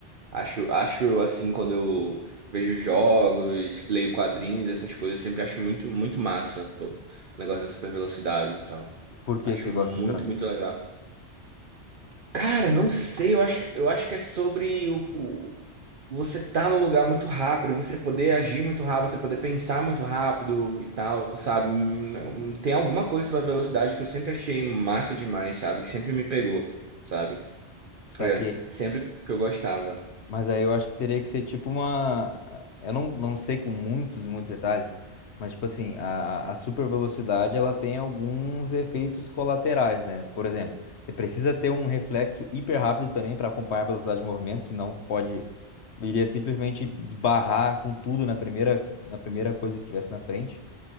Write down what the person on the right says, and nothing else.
Acho, acho assim, quando eu vejo jogos, leio quadrinhos, essas coisas, eu sempre acho muito, muito massa, pô, o negócio da super velocidade e tal.
Acho
muito,
muito legal. Cara, não sei, eu acho, eu acho que é sobre o, o- você tá num lugar muito rápido, você poder agir muito rápido, você poder pensar muito rápido e tal, sabe? Hum, Tem alguma coisa sobre a velocidade que eu sempre achei massa demais, sabe? Que sempre me pegou, sabe?
É, sempre que eu gostava.